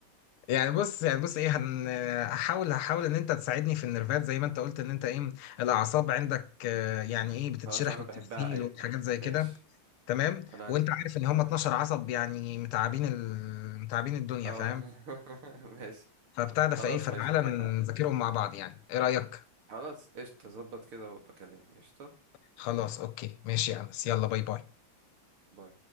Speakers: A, on the left; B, on the right.
A: يعني بص يعني بص ايه هن هحاول هحاول ان انت تساعدني في النرفات زي ما انت قلت ان انت ايه الاعصاب عندك آه، يعني ايه بتتشرح
B: خلاص انا
A: بالتفصيل
B: بحبها ايوه
A: وحاجات
B: فعلا
A: زي
B: ماشي
A: كده تمام
B: انا
A: وانت
B: عندي
A: عارف ان هم
B: تمام
A: 12 عصب يعني متعبين ال... متعبين الدنيا
B: اه
A: فاهم
B: <laughs> ماشي
A: فبتاع ده
B: خلاص
A: فايه فتعالى
B: ماشي اتفقنا
A: نذاكرهم مع بعض يعني ايه رأيك
B: خلاص قشطة ظبط كده وبكلمني قشطة
A: خلاص اوكي ماشي يا انس يلا باي باي
B: باي